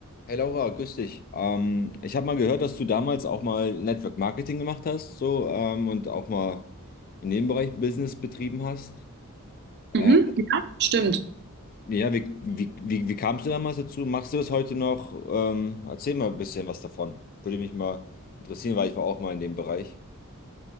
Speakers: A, on the left; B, on the right.
A: Hey Laura, grüß dich. Ähm, ich habe mal gehört, dass du damals auch mal Network Marketing gemacht hast, so ähm, und auch mal in dem Bereich Business betrieben hast. Äh,
B: Mhm. Ja, stimmt.
A: ja, wie, wie, wie, wie kamst du damals dazu? Machst du das heute noch? Ähm, erzähl mal ein bisschen was davon. Würde mich mal interessieren, weil ich war auch mal in dem Bereich.